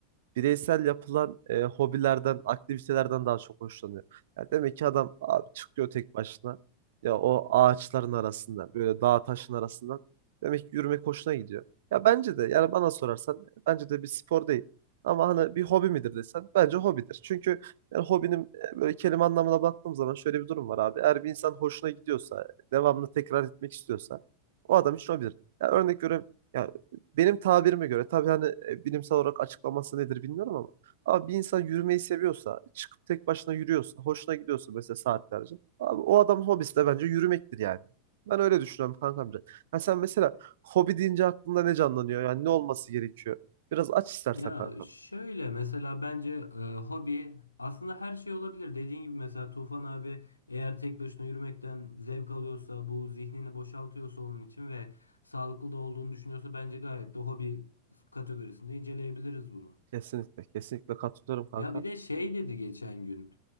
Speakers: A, on the right (about 55°); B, on the left (about 80°).
A: bireysel yapılan e, hobilerden, aktivitelerden daha çok hoşlanıyor. Ya demek ki adam abi çıkıyor tek başına. Ya o ağaçların arasında, böyle dağ taşın arasından demek ki yürümek hoşuna gidiyor. Ya bence de yani bana sorarsan bence de bir spor değil. Ama hani bir hobi midir desen bence hobidir. Çünkü yani hobinin e, böyle kelime anlamına baktığım zaman şöyle bir durum var abi. Eğer bir insan hoşuna gidiyorsa, devamlı tekrar etmek istiyorsa o adam için hobidir. Ya örnek veriyorum ya benim tabirime göre tabii hani e, bilimsel olarak açıklaması nedir bilmiyorum ama abi bir insan yürümeyi seviyorsa, çıkıp tek başına yürüyorsa, hoşuna gidiyorsa mesela saatlerce. Abi o adamın hobisi de bence yürümektir yani. Ben öyle düşünüyorum kankam. Ha sen mesela hobi deyince aklında ne canlanıyor? Yani ne olması gerekiyor? Biraz aç istersen
B: Ya
A: kankam.
B: şöyle mesela bence e, hobi aslında her şey olabilir. Dediğin gibi mesela Tufan abi eğer tek başına yürümekten zevk alıyorsa, bu zihnini boşaltıyorsa onun için ve sağlıklı da olduğunu düşünüyorsa bence gayet de hobi kategorisinde inceleyebiliriz bunu.
A: Kesinlikle, kesinlikle katılıyorum kankam.
B: Ya bir de şey dedi geçen gün.